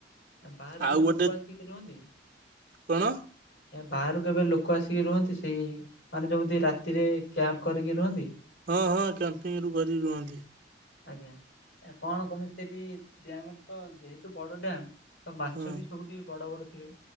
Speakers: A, on the left; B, on the right.
A: ବାହାରୁ
B: ଆଉ
A: କେବେ
B: ଗୋଟେ
A: ଲୋକ ଆସ ରୁହନ୍ତି
B: କଣ
A: ବାହାରୁ କେବେ ଲୋକ ଆସିକି ରୁହନ୍ତି ସେଇ ମାନେ ଯେମିତି ରାତିରେ କ୍ୟାମ୍ପ କରିକି ରୁହନ୍ତି।
B: ହଁ ହଁ କ୍ୟାମ୍ପିଙ୍ଗ ରୁ କରି ରୁହନ୍ତି।
A: ଆଜ୍ଞା କଣ କମିତି ସେଠି ଡ୍ୟାମ ତ ଯେହେତୁ ବଡ ଡ୍ୟାମ୍। ତ ମାଛ
B: ହଁ
A: ବି ସବୁଠି ବଡ ବଡ ଥିବେ।